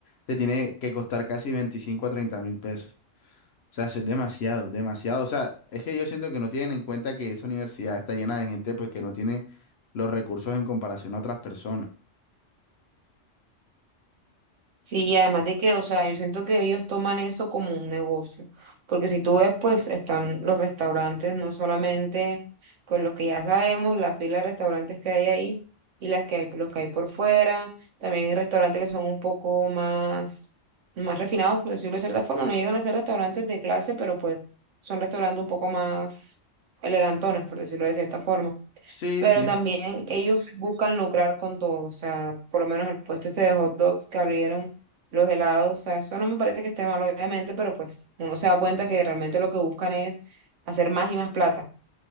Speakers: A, on the left; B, on the right.
A: te tiene que costar casi 25 a 30 mil pesos? O sea, eso es demasiado, demasiado. O sea, es que yo siento que no tienen en cuenta que esa universidad está llena de gente pues que no tiene los recursos en comparación a otras personas.
B: Sí, y además de que, o sea, yo siento que ellos toman eso como un negocio, porque si tú ves, pues están los restaurantes, no solamente, pues los que ya sabemos, la fila de restaurantes que hay ahí y las que hay, los que hay por fuera, también hay restaurantes que son un poco más, más refinados, por decirlo de cierta forma, no llegan a ser restaurantes de clase, pero pues son restaurantes un poco más elegantones, por decirlo de cierta forma
A: Sí,
B: pero
A: sí.
B: también ellos buscan lucrar con todo, o sea, por lo menos el puesto ese de hot dogs que abrieron los helados, o sea, eso no me parece que esté mal, obviamente, pero pues uno se da cuenta que realmente lo que buscan es hacer más y más plata.